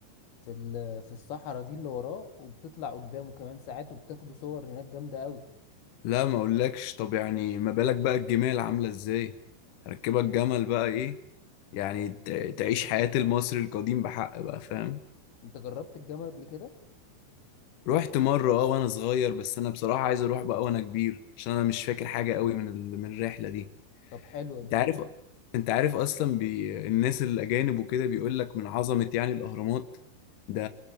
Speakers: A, on the left (about 60°); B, on the left (about 75°).
A: في ال- في الصحراء دي اللي وراه وبتطلع قدامه كمان ساعات وبتاخدوا صور هناك جامدة قوي
B: لا ما اقولكش طب يعني ما بالك بقى الجمال عاملة ازاي هركبك جمل بقى ايه يعني ت- تعيش حياة المصري القديم بحق بقى فاهم
A: انت جربت الجمل قبل كده
B: رحت مرة اه وانا صغير بس انا بصراحة عايز اروح بقى وانا كبير عشان انا مش فاكر حاجة قوي من ال- من الرحلة دي
A: طب حلوة دي
B: انت عارف انت عارف اصلا بي... الناس الاجانب وكده بيقول لك من عظمه يعني الاهرامات ده